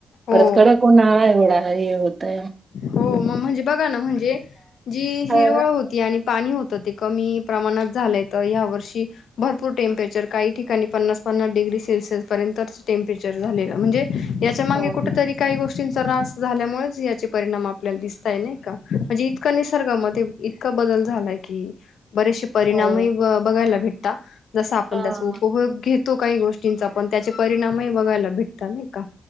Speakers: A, on the left (about 75°); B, on the right (about 40°).
A: हो
B: परत कडक उन्हाळा एवढा हे होत आहे.
A: हो मग म्हणजे बघा ना म्हणजे जी
B: हा,
A: हिरवळ होती ती आणि पाणी होतं ते कमी प्रमाणात झालंय तरं ह्यावर्षी. भरपूर टेंम्परेचर काही ठिकाणी पन्नास पन्नास डिग्री सेल्सिअस पर्यंतच टेम्परेचर झालेलं म्हणजे याच्या मागे
B: हो
A: कुठेतरी काही गोष्टींचा ऱ्हास झाल्यामुळेच याचे परिणाम आपल्याला दिसतय नाही का. म्हणजे इतका निसर्गामध्ये इतका बदल झालाय की बरेचसे परिणाम
B: हो
A: बघायला भेटता जस आपण
B: हा
A: त्याचा उपयोग घेत. तो काही गोष्टींचा पण त्याचे परिणामही बघायला भेटत नाही का.